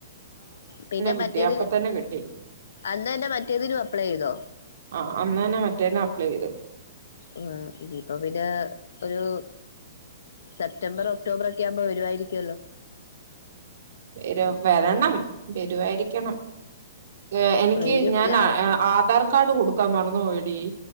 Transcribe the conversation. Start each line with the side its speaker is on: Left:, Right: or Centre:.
Left: പിന്നെ
Right: കിട്ടി
Left: മറ്റേത്
Right: അപ്പൊ തന്നെ കിട്ടി
Left: അന്ന് തന്നെ മറ്റേതിനും അപ്ലൈ ചെയ്തോ
Right: ആ അന്ന് തന്നെ മറ്റേതിന്ന് അപ്ലൈ ചെയത്
Left: ഉം ഇതിപ്പോ പിന്നെ ഒരു സെപ്റ്റംർ ഒക്ടോബറ ഒക്ക ആകുമ്പോ വരുമായിരിക്കുമല്ലോ
Right: വെരു വരണം വരുവായിരിക്കണം ഏ എനിക്ക്
Left: വരും
Right: ഞാൻ
Left: ലാ
Right: ആധാർ കാർഡ് കൊടുക്കാൻ മറന്നു പോയടി